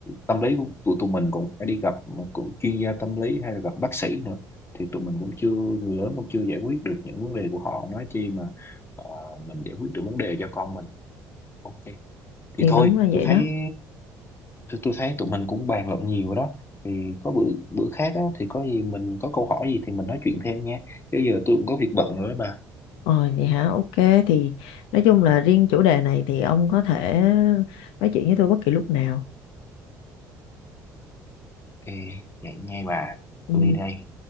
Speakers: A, on the left; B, on the left.
A: tâm lý của tụi tụi mình cũng phải đi gặp cũng chuyên gia tâm lý hay là gặp bác sĩ nữa thì tụi mình cũng chưa người lớn cũng chưa giải quyết được những vấn đề của họ nói chi mà ờ, mình giải quyết được vấn đề cho con mình ok thì
B: thì
A: thôi
B: đúng là
A: tôi
B: vậy
A: thấy
B: đó
A: tôi, tôi thấy tụi mình cũng bàn luận nhiều đó thì có bữa bữa khác á, thì có gì mình có câu hỏi gì thì mình nói chuyện thêm nha chứ giờ tôi cũng có việc bận rồi đó bà
B: ờ vậy hả ok thì nói chung là riêng chủ đề này thì ông có thể nói chuyện với tôi bất kỳ lúc nào
A: thì vậy nha bà
B: Ừ.
A: tôi đi đây